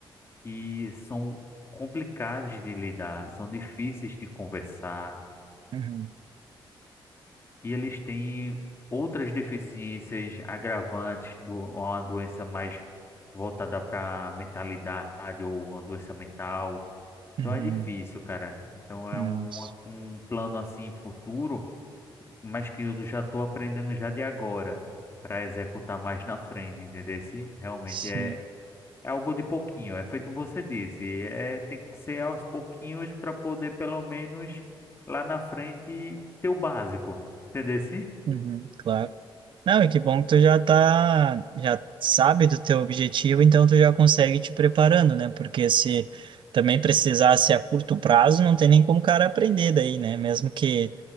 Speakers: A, on the left; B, on the right.
A: que são complicadas de lidar, são difíceis de conversar,
B: uhum,
A: e eles têm outras deficiências agravantes do uma doença mais voltada para mentalidade ou uma doença mental
B: uhum.
A: Então é difícil, cara. Então é
B: Nossa,
A: um, um plano assim futuro, mas que eu já estou aprendendo já de agora para executar mais na frente, entendeu? Se realmente
B: sim.
A: é, é algo de pouquinho, é feito você disse, é tem que ser aos pouquinhos para poder pelo menos lá na frente ter o básico, entendeu? Se?
B: Uhum, claro. Não, e que bom que tu já tá, já sabe do teu objetivo, então tu já consegue te preparando, né? Porque se também precisasse a curto prazo, não tem nem como o cara aprender daí, né? Mesmo que